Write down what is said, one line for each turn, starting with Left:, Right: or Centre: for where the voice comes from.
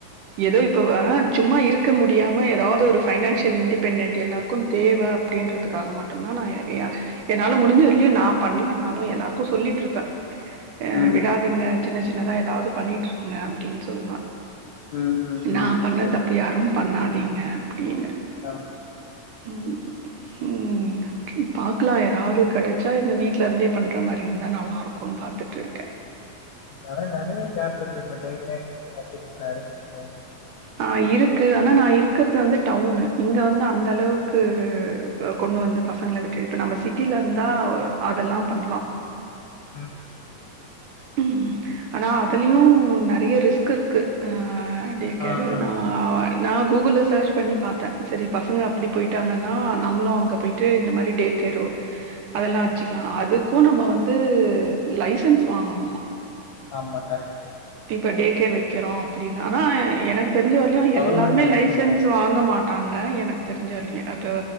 Right: ஏதோ இப்ப ஆ சும்மா இருக்க முடியாம ஏதாவது ஒரு பைனான்சியல் இன்டிபெண்டட் எல்லாரு க்கு தேவ அப்டின்றதுக்காக மட்டு தா நா ஏ என்னால முடிஞ்ச வர்லயு நா பண்ணலனாலு எல்லாருக்கு சொல்லிட்டு இருப்பே ஆ
Left: ம்.
Right: விடாதீங்க சின்ன சின்னதா ஏதாவது பண்ணிட்டு இருக்கங்க அப்டின்னு சொல்லுவே
Left: ம், ம்,
Right: நா
Left: ம்.
Right: பண்ண
Left: கரெக்ட்டு.
Right: தப்ப யாரு பண்ணாதீங்க அப்டின்னு
Left: அலோ
Right: உம் உம் பாக்கலா எதாவது கெடைச்சா இந்த வீட்ல இருந்தே பண்டற மாரி இருந்தா நல்லாருக்கு பாத்துட்டுருக்கே
Left: அத நெறைய கெப் இருக்கு இப்ப டேட் நைட் நெறைய இருக்கு
Right: ஆ இருக்கு ஆனா நா இருக்கறது வந்து டவுனு இங்க வந்து அந்த அளவுக்கு கொண்டு வந்து பசங்கள விட்டு இப்ப நம்ம சிட்டியில இருந்தா அதெல்லா பண்லா
Left: உம்
Right: உம் ஆனா அதுலையு நெறைய ரிஸ்க் இருக்கு ஆ டேக்கேருனா
Left: ஆ, ஆ, ஆ,
Right: நா கூகுள் செர்ச் பண்ணி பாத்தே செரி பசங்க அப்டி
Left: ஆ.
Right: போயிட் டாங்கென்னா நம்மளு அங்க போயிட்டு இந்த மாரி டே கேர் அதெல்லா அச்சுக்கலா அதுக்கு நம்ம வந்து லைசன்ஸ் வாங்கணு
Left: ஆமா கரெக்ட்டு
Right: இப்ப டே கேர் வைக்கிறோ அப்டின்னா னா எனக்கு தெரிஞ்ச வர்லையு
Left: கவர்மெண்ட்
Right: எல்லாருமே லைசன்ஸ்
Left: வேணும்.
Right: வாங்க மாட் டாங்க எனக்கு தெரிஞ்ச வர்லையு அப்போ